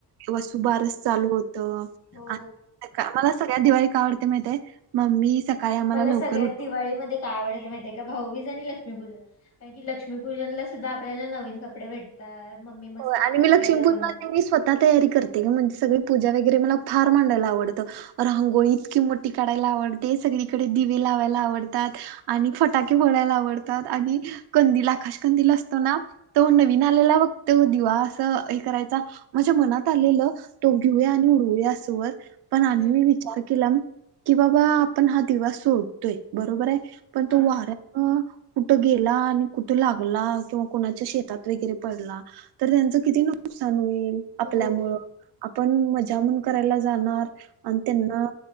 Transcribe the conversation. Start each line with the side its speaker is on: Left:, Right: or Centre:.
Right: वसुबारस चालू होतं
Left: हो
Right: आणि मला सगळ्या दिवाळी काय आवडते माहितीये मम्मी सकाळी आम्हाला
Left: मला सगळ्यात
Right: लवकर उठ
Left: दिवाळीमध्ये काय आवडतं मा तेका भाऊबीज आणि लक्ष्मीपूजन कारण की लक्ष्मीपूजनला सुद्धा आपल्याला नवीन कपडे भेटतात मम्मी मस्त
Right: हो आणि
Left: खाय
Right: मी लक्ष्मीपूजेला
Left: प्यायला बनवते
Right: मी स्वतः तयारी करते गं म्हणजे सगळे पूजा वगैरे मला फार मांडायला आवडतं रांगोळी इतकी मोठी काढायला आवडते सगळीकडे दि लावायला आवडतात आणि फटाके फोडायला आवडतात आणि कंदील आकाश कंदील असतो ना तो नवीन आलेला बघ तो दिवा असं हे करायचा माझ्या मनात आलेलं तो घेऊया आणि उडवूया असं वर पण आणि
Left: हम्म
Right: मी विचार केला की बाबा आपण हा दिवा सोडतोय बरोबर आहे पण
Left: हा
Right: तो वाऱ्या कुठं गेला आणि कुठं लागला किंवा कुणाच्या शेतात वगैरे पडला तर त्यांचं किती नुकसान होईल
Left: हो
Right: आपल्यामुळं आपण मजा म्हणून करायला जाणार आणि त्यांना